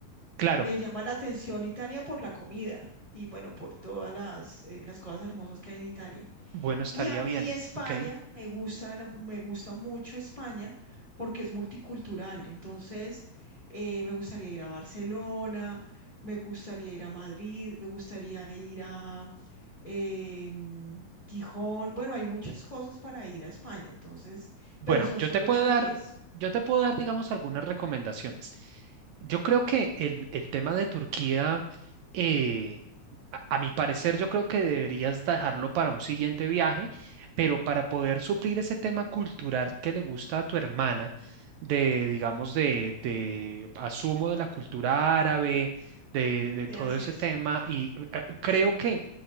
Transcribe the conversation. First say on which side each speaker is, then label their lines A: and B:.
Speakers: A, on the right; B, on the left.
A: Claro,
B: Le llama la atención Italia por la comida y, bueno, por todas las, eh, las cosas hermosas que hay en Italia.
A: bueno, estaría
B: Y a mí
A: bien,
B: España,
A: ok.
B: me gusta, la- me gusta mucho España porque es multicultural. Entonces, eh, me gustaría ir a Barcelona, me gustaría ir a Madrid, me gustaría ir a eh, mm, Gijón. Bueno, hay muchas cosas para ir a España, entonces,
A: Bueno,
B: pero son
A: yo
B: solo
A: te puedo
B: ocho
A: dar,
B: días.
A: yo te puedo dar, digamos, algunas recomendaciones. Yo creo que el, el tema de Turquía, eh, a, a mi parecer, yo creo que deberías dejarlo para un siguiente viaje, pero para poder suplir ese tema cultural que le gusta a tu hermana, de, digamos, de, de asumo de la cultura árabe, de, de todo
B: Sí, así
A: ese
B: es.
A: tema, y eh, creo que...